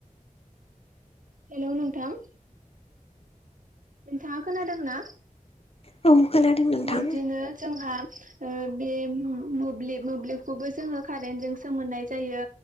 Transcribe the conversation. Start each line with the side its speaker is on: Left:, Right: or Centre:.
Right: हेल' नोंथां। नोंथाङा खोनादों ना?
Left: औ खोनादों। नोंथां
Right: बिब्दिनो जोंहा बे मोब्लिब मोब्लिबखौबो जोङो कारेन्टजों सो मोनोननाय जायो।